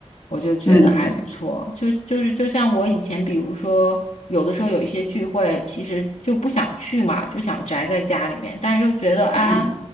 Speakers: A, on the left; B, on the left.
A: 我就觉得还不错。
B: 对对，
A: 就就是就像我以前，比如说有的时候有一些聚会，其实就不想去嘛，就想宅在家里面，但是又觉得啊，
B: 嗯。